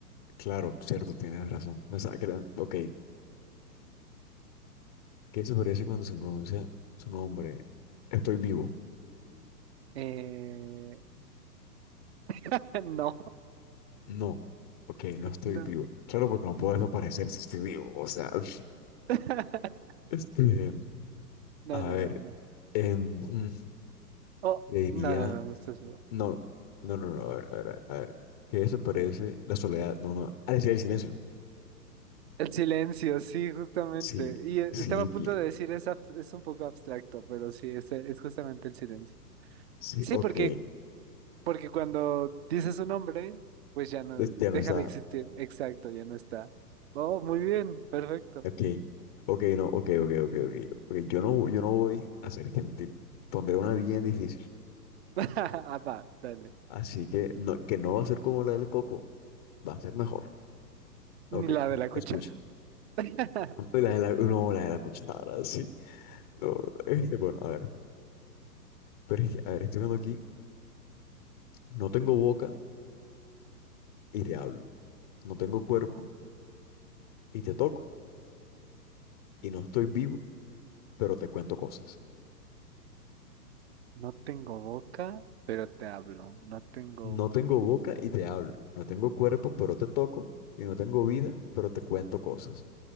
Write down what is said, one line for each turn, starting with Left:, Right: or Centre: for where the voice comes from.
Left: Claro, cierto, tienes razón. O sea, que era- ok, que eso aparece cuando se pronuncia su nombre. Estoy vivo.
Right: Eh, <laughs> no,
Left: No, ok, no estoy
Right: no.
Left: vivo. Claro, porque no puedo desaparecer si estoy vivo. O sea, <laughs>
Right: <laughs>
Left: este,
Right: No,
Left: a
Right: no,
Left: ver,
Right: no, no.
Left: em, <laughs> mm,
Right: Oh,
Left: le diría,
Right: no, no, no, no estoy seguro.
Left: no, no, no, no, a ver, a ver, a ver, que eso aparece la soledad. No, no, ah, decía el silencio.
Right: El silencio, sí, justamente.
Left: Sí,
Right: Y eh,
Left: sí,
Right: estaba a punto
Left: bien.
Right: de decir es, abs- es un poco abstracto, pero sí, es, es justamente el silencio.
Left: Sí,
Right: Sí,
Left: ok.
Right: porque, porque cuando dices un nombre, pues ya no,
Left: Este Ya no
Right: deja
Left: está.
Right: de existir. Exacto, ya no está. Oh, muy bien, perfecto.
Left: Ok. Ok, no. Ok, ok, ok, ok. ok, Yo no, yo no voy a ser gentil. Pondré una bien difícil.
Right: <laughs> Ah, va, dale.
Left: Así que no, que no va a ser como la del coco. Va a ser mejor. Ok,
Right: Ni la de la cuchara.
Left: escuche.
Right: <laughs>
Left: La de la, no, la de la cuchara, sí. No, este, bueno, a ver. Pero es que, a ver, estoy viendo aquí. No tengo boca y te hablo. No tengo
Right: No
Left: cuerpo
Right: tengo boca.
Left: y te toco. Y no estoy vivo, pero te cuento cosas.
Right: No tengo boca, pero te hablo. No tengo,
Left: No tengo boca y te hablo. No tengo cuerpo, pero te toco. Y no tengo vida, pero te cuento cosas.